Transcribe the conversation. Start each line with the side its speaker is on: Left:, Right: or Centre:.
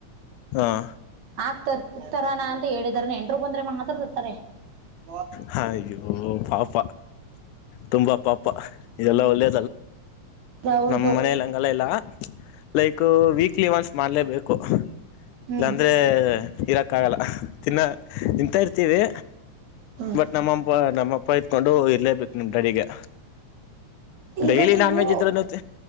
Left: ಹಾಂ
Right: ಆ ತರ್ತರಾನ ಅಂತ ಹೇಳಿದಾರ ಎಂಟರು ಬಂದ್ರೆ ಮಾತ್ರ. <unintelligible>
Left: ಹ ಅಯ್ಯೋ ಪಾಪ ತುಂಬಾ ಪಾಪ ಎಲ್ಲ ಒಳ್ಳೇ.
Right: ಹೌದು
Left: ನಮ್ ಮನೆಲಂಗಲ್ಲ ಇಲ್ಲ ಲೈಕ್ ವೀಕ್. ಕೀ ಸ್ಮಾಲೆ ಮಾಡಲೇಬೇಕು
Right: ಹ್ಮ್
Left: ಇಲ್ಲಾಂದರೆ. ಇರೋಕ್ಕಾಗಲ್ಲ ತಿನ್ನೋ ತಿಂತಾ ಇರ್ತೀವಿ
Right: ಹ್ಮ್
Left: ಬಟ್ ನಮ್ಮಪ್ಪ ನಮ್ಮಪ್ಪ ಇ. ಕೊಂಡು ಇರ್ಲೇಬೇಕು ನಿಮ ಡಾಡಿಗೆ. ಡೈಲಿ
Right: ಈಗ ನೀವು
Left: ನಾನ್ ವೆಜ್ ಇದ್ರೆ ನೋ.